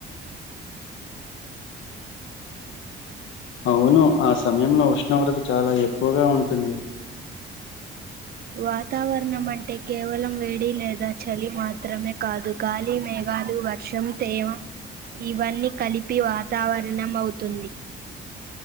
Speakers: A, on the left; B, on the right.
A: అవును ఆ సమయంలో ఉష్ణోగ్రత చాలా ఎక్కువగా ఉంటుంది
B: వాతావరణం అంటే కేవలం వేడి లేదా చలి మాత్రమే కాదు గాలి మేఘాలు వర్షం తేమ ఇవన్నీ కలిపి వాతావరణం అవుతు తుంది